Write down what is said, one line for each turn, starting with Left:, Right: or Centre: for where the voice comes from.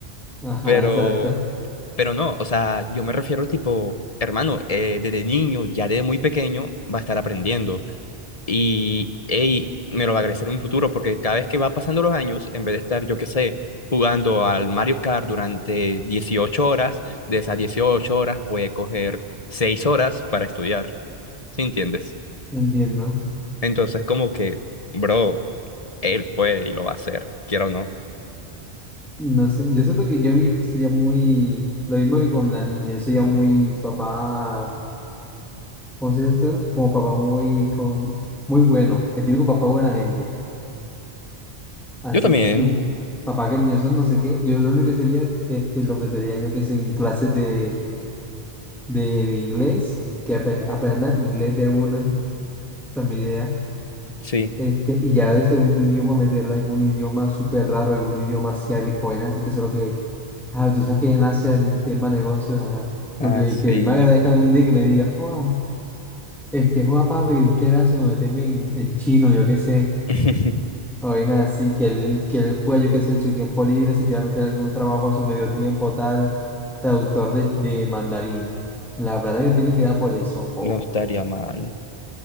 Centre: Ajá,
Left: Pero,
Centre: exacto.
Left: pero no, o sea, yo me refiero tipo, hermano, eh, desde niño, ya desde muy pequeño, va a estar aprendiendo. Y, ey, me lo va a agradecer en un futuro, porque cada vez que va pasando los años, en vez de estar, yo qué sé, jugando al Mario Kart durante 18 horas, de esas 18 horas puede coger 6 horas para estudiar, ¿sí entiendes?
Centre: Entiendo.
Left: Entonces, como que, bro, él puede y lo va a hacer, quiero o no.
Centre: No sé, yo siento que yo y mi hijo sería muy, lo mismo que con la niña, yo sería muy papá, ¿cómo se dice esto? Como papá muy, con, muy bueno, el típico papá buena gente, así,
Left: Yo también,
Centre: su papá que niños son no sé qué, yo lo único que sería, este, lo metería yo que sé en clases de de, de inglés, que apre- aprenda inglés de una, esa es mi idea.
Left: sí,
Centre: Este, y ya de segundo idioma meterle algún idioma súper raro, algún idioma asiático, vaina, así que solo que, ah, tú sabes que ya en Asia el tema negocios, ajá, porque
Left: así.
Centre: que él me agradezca algún día que me diga, joa, este, joa papi, muchas gracias por meterme en, en chino, yo qué sé,
Left: <laughs>
Centre: o vaina así, que él, que él pueda, yo qué sé, en su tiempo libre, se quiera meter algún trabajo a su medio tiempo, tal, traductor de, de mandarín. La verdad que tiene que dar por eso.
Left: No estaría mal.